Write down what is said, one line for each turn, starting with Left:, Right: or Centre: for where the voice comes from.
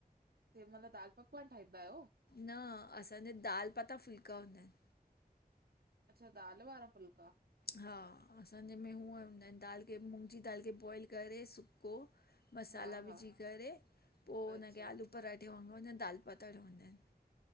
Right: तंहिं महिल दाल पकवान ठाहींदा आहिय?
Left: न असांजा दाल पाता फुल्का हूंदा आहिनि।
Right: अच्छा दाल वारा फुलका?
Left: हा असांजे में उअं हूंदा आहिनि, दाल खे मुगी दाल खे बॉइल करे सुको मसाला
Right: हा हा
Left: विझी करे पो हुनखे
Right: अच्छा
Left: आलू पराठे वांगुरु दाल परताठे हूंदा आहिनि।